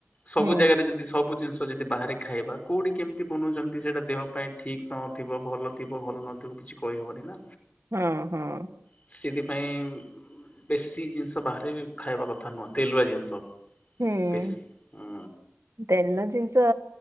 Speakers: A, on the left (about 30°); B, on the right (about 75°).
A: ସବୁ
B: ହୁଁ
A: ଜାଗାରେ ଯଦି ସବୁ ଜିନିଷ ଯଦି ବାହାରେ ଖାଇବା କୋଉଠି କେମିତି ବନଉଛନ୍ତି ସେଇଟା ଦେହ ପାଇଁ ଠିକ ନ ଥିବ ଭଲ ଥିବ ଭଲ ନଥିବ କିଛି କହିହେବନି ନା
B: ହଁ ହଁ
A: ସେଥିପାଇଁ ବେଶି ଜିନିଷ ବାହାରେ ଖାଇବା କଥା ନୁହଁ ତେଲୁଆ ଜିନିଷ
B: ହୁଁ।
A: ବେଶୀ ହ
B: ତେଲ ଜିନିଷ